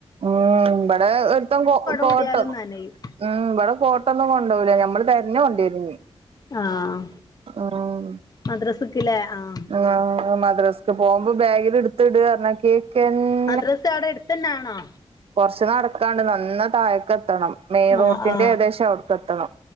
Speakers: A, on the right; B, on the left.
A: ആഹ് ഇബടെ ഒരുത്തം കോ കോട്ട്
B: കൂടിയാലും നനയും
A: മ് ഇബടെ കോട്ടൊന്നും കൊണ്ടോവൂല ഞമ്മള് തെരഞ്ഞോണ്ട്യരും ഇഞ്ഞി
B: ആഹ്
A: ഓരോന്ന്
B: മദ്രസ്ക്ക്ലേ ആഹ്
A: ആഹ് മദ്രസ്ക്ക് പോവുമ്പം ബാഗില് ഇട്ത്ത്ട്ർഞ്ഞാ കേക്കു കെന്നെല്ല്യ
B: മദ്രസ് അവടെ എട്ത്തന്നെണോ?
A: കൊർച്ച് നടക്കാണ്ട് നന്ന താഴെക്കെത്തണം മെയ് റോട്ടിന്റെ
B: ആ ആ
A: ഏകദേശം അവിട്ക്കെത്തണം